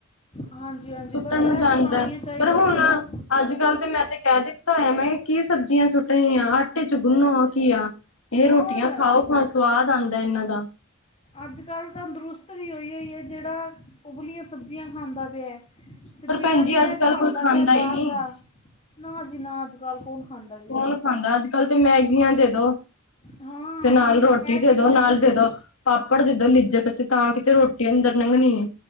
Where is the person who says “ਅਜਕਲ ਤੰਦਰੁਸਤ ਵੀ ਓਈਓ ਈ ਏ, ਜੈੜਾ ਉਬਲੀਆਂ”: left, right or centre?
Left